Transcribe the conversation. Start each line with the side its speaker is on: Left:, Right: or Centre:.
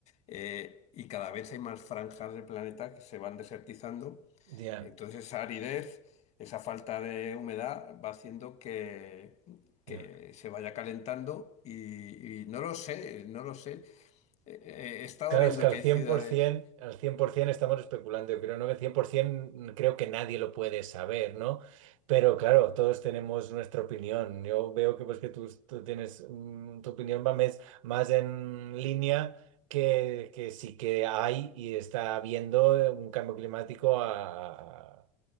Left: Eh, y cada vez hay más franjas del planeta que se van desertizando.
Right: Ya,
Left: Entonces, esa aridez, esa falta de humedad va haciendo que... que
Right: ya.
Left: se vaya calentando y y no lo sé, no lo sé. Eh, he estado
Right: Claro,
Left: viendo
Right: es que al
Left: que hay
Right: 100%,
Left: ciudades.
Right: al 100% estamos especulando, yo creo, ¿no? Que 100% creo que nadie lo puede saber, ¿no? Pero claro, todos tenemos nuestra opinión. Yo veo que pues que tú, tú tienes, mm, tu opinión va mes- más, en línea que, que sí que hay y está habiendo un cambio climático a-